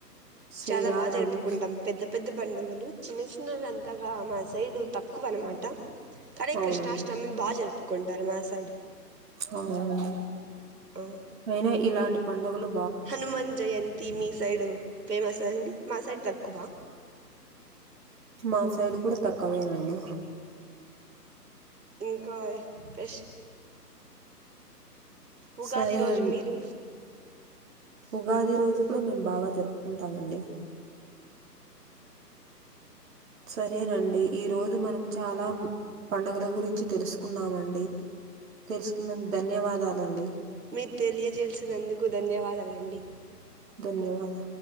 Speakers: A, on the right; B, on the right.
A: శ్రీరామనవమి
B: చాలా బాగా జరుపుకుంటాం. పెద్ద పెద్ద పండుగలు చిన్న చిన్నవి అన్ తగా మా సైడు తక్కువ అనమాట కానీ
A: అవునండి
B: కృష్ణాష్టమి బాగా జరుపుకుంటారు మా సైడ్.
A: అవునండి
B: ఆ,
A: అయినా ఇలాంటి పడుగలు
B: హనుమాన్ జయంతి మీ సైడు ఫేమస్ ఆ అండి మా సైడ్ తక్కువ
A: మా సైడ్ కూడా తక్కువేనండి
B: ఇంకాయ్ ఫ్రెష్ ఉగాది
A: సరే
B: రోజు
A: అండి
B: మీరు
A: ఉగాది రోజు కూడా మేము బాగా జరుపుకుంటామండి. సరేనండి ఈ రోజు మనం చాలా పండుగల గురించి తెలుసుకున్నామండి. తెలుసుకన్ ధన్యవాద్ దాలండి
B: మీర్ తెలియజేల్సినందుకు ధన్యవాదాలండి
A: ధన్యవాదాలు